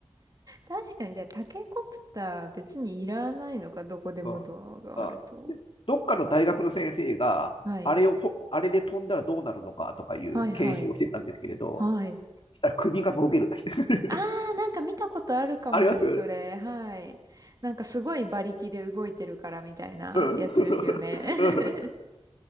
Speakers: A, on the right; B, on the left.
A: 確かに、じゃあタケコプター別にいらないのか、どこでもドアがあると。
B: うん、あ、どっかの大学の先生が、
A: はい。
B: あれをほ、あれで飛んだらどうなるのかとかいう検証をしてたんですけれど、
A: はいはい。はい。
B: したら首がもげるだけ。<laughs>
A: あー、なんか見たことあるかもです、
B: あります
A: それ。はい。なんかすごい馬力で動いてるからみたいなやつですよね。
B: うん。<laughs> そうそうそうう
A: <laughs>